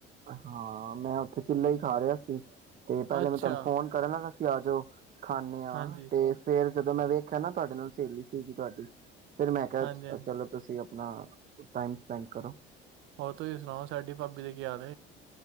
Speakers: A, on the right; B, on the right.
A: ਹਾਂ ਮੈਂ ਉੱਥੇ ਚਿੱਲਾ ਹੀ ਖਾ ਰਿਹਾ ਸੀ ਤੇ ਪਹਿਲੇ
B: ਅੱਛਾ
A: ਮੈਂ ਤੁਹਾਨੂੰ ਫੋਨ ਕਰਨ ਲੱਗਾ ਆ ਜਾਓ ਖਾਣੇ ਆ
B: ਹਾਂਜੀ
A: ਤੇ ਫੇਰ ਜਦੋਂ ਮੈਂ ਵੇਖਿਆ ਨਾ ਤੁਹਾਡੇ ਨਾਲ ਸਹੇਲੀ ਸੀਗੀ ਤੁਹਾਡੀ ਫੇਰ ਮੈਂ ਕਿਹਾ
B: ਹਾਂਜੀ ਹਾਂਜੀ
A: ਚਲੋ ਤੁਸੀਂ ਆਪਣਾ ਟਾਈਮ ਸਪੈਂਡ ਕਰੋ
B: ਹੋਰ ਤੁਸੀਂ ਸੁਣਾਓ ਸਾਡੀ ਭਾਬੀ ਦੇ ਕੀ ਹਾਲ